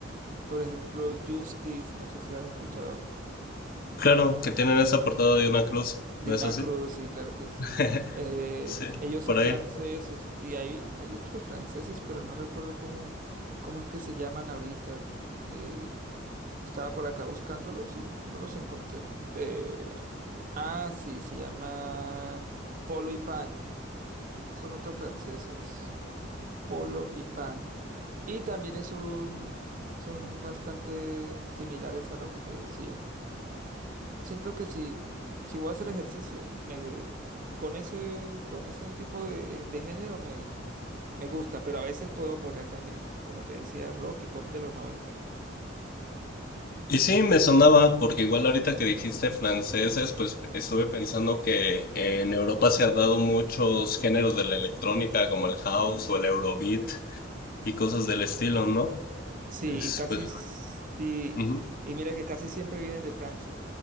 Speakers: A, on the right (about 45°); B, on the left (about 50°).
A: por ejemplo, Justice, no sé si las has escuchado.
B: Claro, que tienen esa portada de una cruz,
A: De
B: ¿no
A: una
B: es así?
A: cruz, sí, claro que sí.
B: <laughs>
A: Eh,
B: Sí,
A: ellos son
B: por ahí.
A: franceses y hay, hay otros franceses, pero no recuerdo cómo, cómo es que se llaman ahorita. Eh, estaba por acá buscándolos y no los encontré. Eh, ah, sí, se llaman Polo y Pan. Son otros franceses, Polo y Pan. Y también es un, son bastante similares a lo que te decía. Siento que si, si voy a hacer ejercicio, me, con ese, con ese tipo de, de género me, me gusta, pero a veces puedo poner también, como te decía, rock y pop de los noventa
B: Y sí, me sonaba, porque igual ahorita que dijiste franceses, pues estuve pensando que en Europa se han dado muchos géneros de la electrónica, como el house o el eurobeat y cosas del estilo, ¿no?
A: Sí,
B: Es,
A: y casi,
B: pues,
A: s- sí,
B: ujú.
A: y mira que casi siempre vienen de Francia.